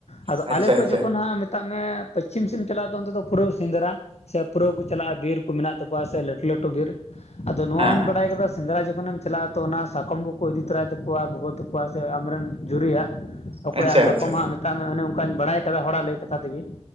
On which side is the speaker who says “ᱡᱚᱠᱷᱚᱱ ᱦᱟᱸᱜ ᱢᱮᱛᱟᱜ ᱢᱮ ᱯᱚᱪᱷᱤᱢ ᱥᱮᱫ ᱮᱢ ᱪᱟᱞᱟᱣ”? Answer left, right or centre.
Left